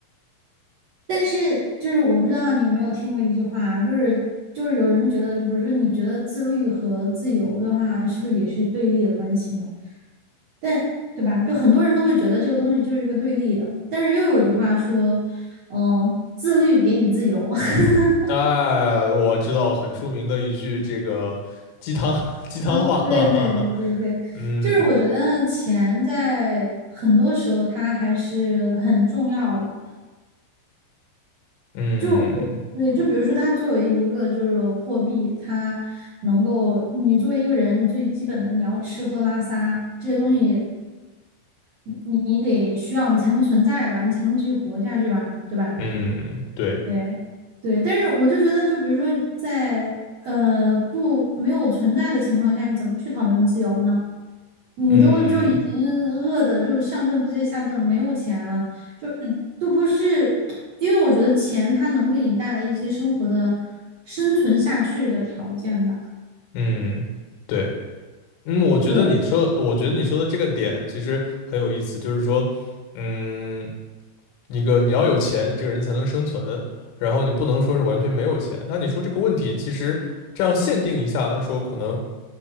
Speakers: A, on the right; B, on the left.
A: 但是就是我不知道你有没有听过一句话啊就是就是有人觉得，就比如说你觉得自律和自由的话，是不是也是对立的关系呢？但对吧？就很多人都会觉得这个东西就是一个对立的，但是又有一句话说，嗯、自律给你自由。<laughs>
B: 哎，我知道很出名的一句这个鸡汤鸡汤话，
A: 嗯，
B: 哈哈哈。
A: 对对对对对，
B: 嗯
A: 就是我觉得钱在很多时候它还是很重要的。
B: 嗯
A: 就我对，就比如说它作为一个就是货币，它能够你作为一个人，你最基本的你要吃喝拉撒这些东西你你你得需要你才能存在吧，你才能继续活下去吧，对吧？
B: 嗯，对，
A: 对，对，但是我就觉得，就比如说在呃不没有存在的情况下，你怎么去讨论自由呢？你都就已经饿的就上顿不接下顿了，
B: 嗯
A: 没有钱了，就嗯都不是，因为我觉得钱它能给你带来一些生活的生存下去的条件吧。
B: 嗯对，嗯，我觉得你说，
A: 对。
B: 我觉得你说的这个点其实很有意思，就是说，嗯，一个你要有钱，你这个人才能生存，然后你不能说是完全没有钱。那你说这个问题，其实这样限定一下来说，可能